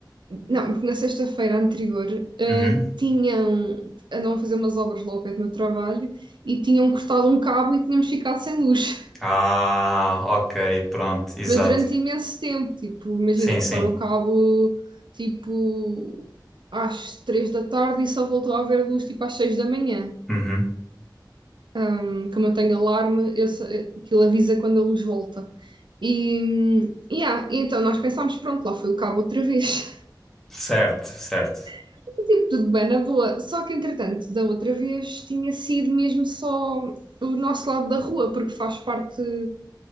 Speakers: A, on the right; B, in the centre.
A: não, porque na sexta-feira anterior, ah,
B: Uhum.
A: tinham, andavam a fazer umas obras lá ao pé do meu trabalho e tinham cortado um cabo e tínhamos ficado sem luz.
B: Ah, ok, pronto, exato.
A: Mas durante imenso tempo, tipo, imagina,
B: Sim,
A: cortaram
B: sim.
A: o cabo, tipo, às três da tarde e só voltou a haver luz, tipo, às seis da manhã.
B: Uhum.
A: Hum, como eu tenho alarme, eu, sei- aquilo avisa quando a luz volta. E, hum, yeah, e então nós pensámos, pronto, lá foi o cabo outra vez.
B: Certo, certo.
A: <laughs> Tipo, tudo bem, na boa. Só que, entretanto, da outra vez tinha sido mesmo só o nosso lado da rua, porque faz parte. de